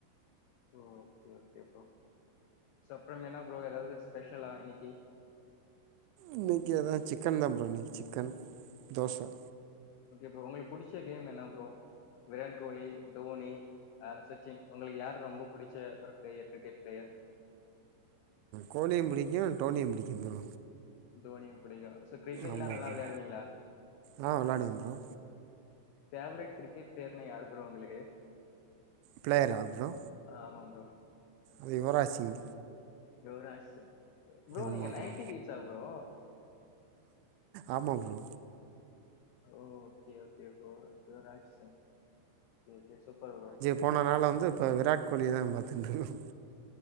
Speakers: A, on the left (about 80°); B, on the right (about 80°).
A: ஓ ஓகே ஓகே ப்ரோ ஸோ அப்பறம் என்ன ப்ரோ எதாவது ஸ்பெஷலா இன்னைக்கி
B: இன்னைக்கி அதா சிக்கன் தா ப்ரோ இன்னக்கி சிக்கன் தோச
A: ஓகே ப்ரோ ஒங்களுக்கு புடிச்ச கேம் என்ன ப்ரோ விராட் கோலி தோனி அ சச்சின் உங்களுக்கு யார் ரொம்ப பிடிச்ச ஒரு பிளேயர் கிரிக்கெட் பிளேயர்
B: கோலியு புடிக்கு டோனியு புடிக்கு ப்ரோ
A: தோனியு புடிக்கு சோ கிரிக்கெட்ல்லா
B: ஆமா
A: நல்லா
B: ப்ரோ
A: விளாடுவீங்களா
B: ஆ விளாடுவேன் ப்ரோ
A: பேவரட் கிரிக்கெட் ப்ளேயர்னா யாரு ப்ரோ ஒங்களுக்கு
B: பிளேயரா ப்ரோ
A: ஆமாம் ப்ரோ
B: இது யுவராஜ் சிங்
A: யுவ்ராஜ் சிங்
B: ஆமா
A: நீங்க
B: ப்ரோ
A: நைன்டி கிட்ஸா ப்ரோ
B: ஆமாம் ப்ரோ
A: ஓ okay okay bro Yuvraj Singh okay super bro
B: போனனாள வந்து இப்போ விராட் கோலி தா பாத்துட்டுருக்